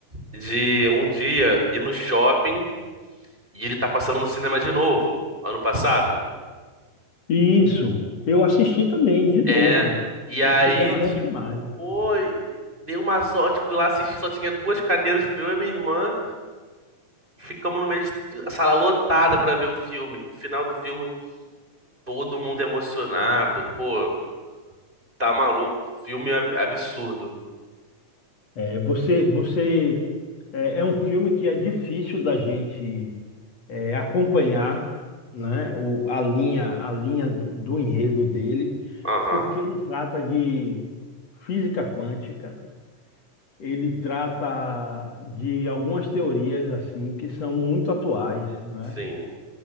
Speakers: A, on the right; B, on the left.
A: de um dia ir no shopping e ele tá passando no cinema de novo, ano passado.
B: Isso, eu assisti também, de novo.
A: É, e aí,
B: Eles fizeram a
A: tipo,
B: refilmagem.
A: pô, dei uma sorte, fui lá assistir, só tinha duas cadeiras, fui eu e minha irmã. Ficamos no meio da sala lotada pra ver o filme. No final do filme, todo mundo emocionado. Pô, tá maluco. Filme ab- absurdo.
B: É, você, você é, é um filme que é difícil da gente é, acompanhar, né? O, a linha, a linha do, do enredo dele,
A: Aham,
B: porque ele trata de física quântica, ele trata de algumas teorias assim que são muito atuais, né?
A: sim,